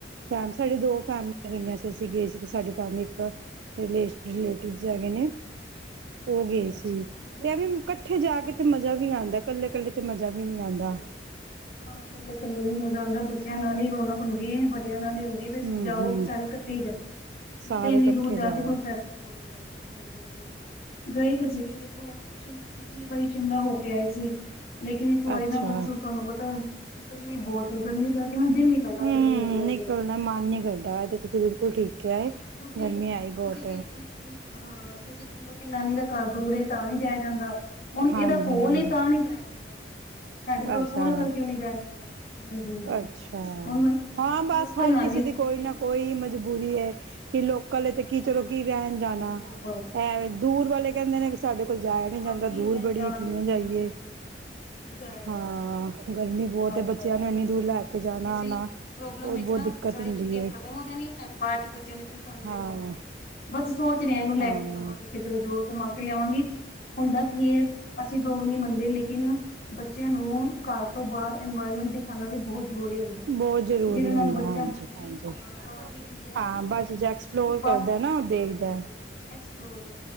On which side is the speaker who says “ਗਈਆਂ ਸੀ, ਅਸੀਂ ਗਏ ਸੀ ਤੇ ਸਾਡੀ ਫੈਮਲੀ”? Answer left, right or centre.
Right